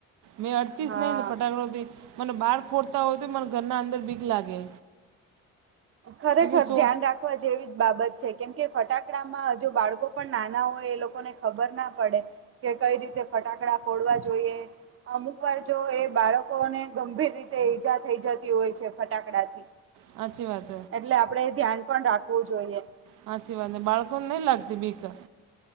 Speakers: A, on the right; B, on the right.
A: મેં અડતીસ
B: હા
A: નહી ને ફટાકડોથી મન બાર ફોડતા હોય તો મને ઘરના અંદર બીક લાગે.
B: ખરેખર
A: લેકિન સો
B: ધ્યાન રાખ ખવા જેવી જ બાબત છે કેમ કે ફટાકડામાં હ જો બાળકો પણ નાના હોય એ લોકોને ખબર ના પડે કે કઈ રીતે ફટાકડા ફોડવા જોઈએ. અમુક વાર જો એ બાળકોને ગંભીર રીતે ઈજા થઈ જતી હોય છે ફટાકડાથી
A: હાચી વાત
B: એટલે આપડે ધ્યાન પણ રાખવું જોઈએ.
A: હાચી વાત ને બાળકોન નહી લાગતી બીકા